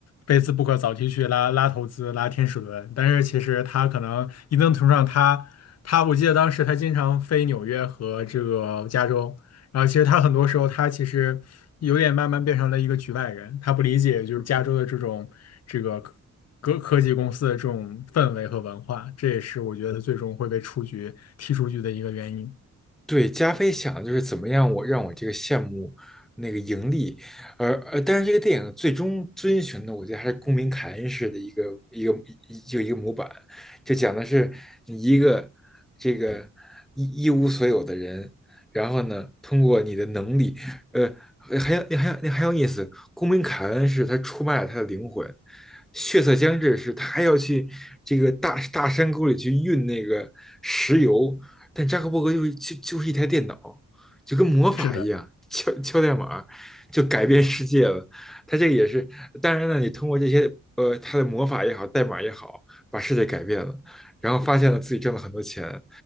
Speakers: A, on the left (about 55°); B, in the centre.
A: Facebook 早期去拉拉投资、拉天使轮，但是其实他可能一定程度上他，他我记得当时他经常飞纽约和这个加州，然后其实他很多时候他其实有点慢慢变成了一个局外人，他不理解就是加州的这种这个科科技公司的这种氛围和文化，这也是我觉得他最终会被出局踢出局的一个原因。
B: 对，加菲想的就是怎么样我让我这个项目那个盈利，而呃，但是这个电影最终遵循的，我觉得还是公民凯恩式的一个一个一就一个模板，就讲的是你一个这个一一无所有的人，然后呢，通过你的能力，呃，还有还有还有意思，公民凯恩是他出卖了他的灵魂，血色将至是他还要去这个大大山沟里去运那个石油。但扎克伯格就是就就是一台电脑，就跟魔法一样，
A: 是的。
B: 敲敲代码就改变世界了。他这个也是，当然呢，你通过这些呃他的魔法也好，代码也好，把世界改变了，然后发现了自己挣了很多钱，